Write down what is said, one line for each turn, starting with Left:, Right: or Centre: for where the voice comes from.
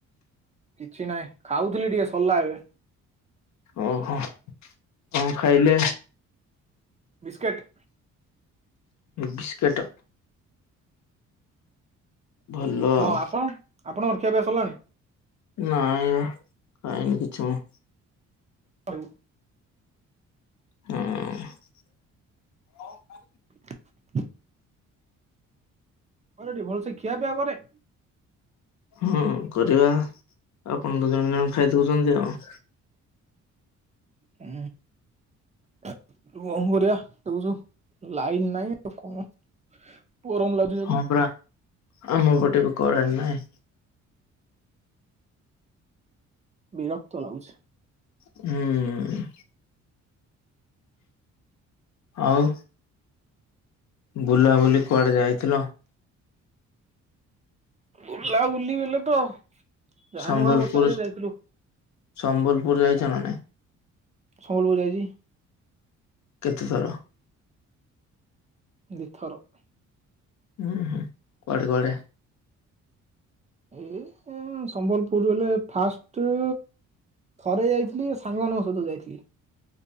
Right: କିଛି ନାହିଁ ଖାଉଥିଲି ଟିକେ ସରିଲା ଏବେ
Left: ଓହୋ କଣ ଖାଇଲେ
Right: ବିସ୍କେଟ୍
Left: ବିସ୍କୁିଟ୍ ଭଲ
Right: ହଁ
Left: ଆଉ
Right: ଆପଣ ଆପଣ ରଖିବା ପାଇଁ ଆସିଲାଣି
Left: ନାଇଁ ଆ କାଇଁନି କିଛି ମୁଁ
Right: ଉ
Left: ହଁ
Right: ହ ହ ରି ଭଲ ସେେ ଖିଆିଆ କରେ
Left: ହଁ କରିବା ଆପଣ ତ ଜଣେ ଜଣେ ଖାଇଦଉଛନ୍ତି ଆଉ
Right: ହୁଁ କଣ କରିବା ଦେଖୁଛୁ ଲାଇନ ନାଇଁ ଆଉ କଣ ଗରମ ଲାଗୁଛି ଖାଲି
Left: ହଁ ପରାା ଆମ ପଟେ ବି କରରେନ ନାଇଁ
Right: ବିରକ୍ତ ଲାଗୁଛି
Left: ହୁଁ ହୁଁ ଆଉ ବୁଲାବୁଲି କୁଆଡେ ଯାଇଥିଲ
Right: ବଲା ବୁଲି ବଲେ ତ ଯାହା
Left: ସମ୍ବଲପୁର
Right: ନୂଆ ବର୍ଷରେ ଯାଇଥିଲୁ
Left: ସମ୍ବଲପୁର ଯାଇଛ ନା ନାଇଁ
Right: ସୋଲ ବଜାଏଛି
Left: କେତେଥର
Right: ଦଥର
Left: ହୁଁ ହୁଁ କୁଆଡେ କୁଆଡେ
Right: ଏ ସମ୍ବଲପୁର ବଲେ ଫାଷ୍ଟ ଥରେ ଯାଇଥିଲି ସାଙ୍ଗମାନଙ୍କ ସହିତ ଯାଇଥିଲି